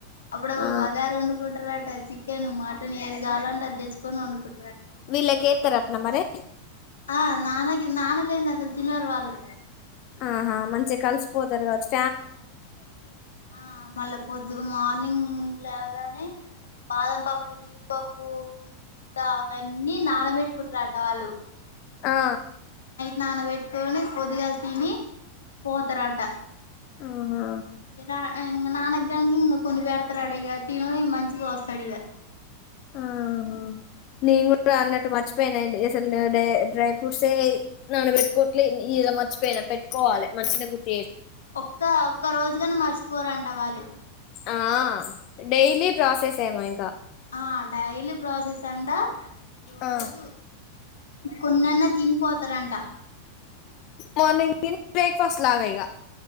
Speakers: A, on the left; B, on the left.
A: అప్పుడప్పుడు
B: ఆ
A: బగర్ వండుకుంటారట చికెన్ మటన్ ఏది కావాలంటే అది తెచ్చుకొని వండుకుం
B: వీళ్ళ కేతారత్న మరి
A: ఆ నాన్నగి నాన్నలేందసలు తినరు వాళ్ళు
B: ఆహా మంచి కలిసిపోతారు కాచ్చ
A: ఆ మళ్ళా పొద్దు మార్నింగ్ లేవగానే బాదం పప్ ప్పు జీడిపప్పు పిస్తా అవన్నీ నానబెట్టుకుంటారట వాళ్ళు
B: ఆ
A: నాన వెట్కొని పొద్దుగాల తిని పోతరాట
B: ఆహా
A: ఏదా ఆ ఇంకా నానగనికి ఇంక కొనిబెడతారాడిగా తిను మంచిగా వస్తాడు ఇగ
B: ఆహహ నేను కూడా అన్నట్టు మర్చిపోయానే డేస్ అంతా డై డ్రై ఫ్రూట్స్ ఎ నానబెట్టుకోవట్లేదు ఈడ మర్చిపోయిన పెట్కోవాలి మంచినే గుర్
A: ఒక్క ఒక్క రోజుగానే మర్చిపోరంట వాళ్ళు
B: ఆ డైలీ ప్రాసెస్ ఏమో ఇంకా
A: ఆ డైలీ ప్రాసెస్ అంట రోజు
B: ఆ
A: కొన్నన్నా తినిపోతారంట
B: మార్నింగ్ <inaudible> బ్రేక్ఫాస్ట్ లాగ ఇగ